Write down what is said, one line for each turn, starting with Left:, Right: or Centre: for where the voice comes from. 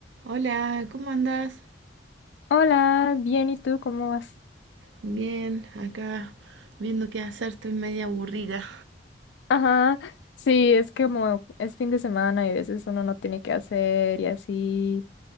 Right: Hola, ¿cómo andas?
Left: Hola, bien, ¿y tú cómo vas?
Right: Bien, acá viendo qué hacer, estoy media aburrida.
Left: Ajá, sí, es que como es fin de semana y a veces uno no tiene que hacer y así,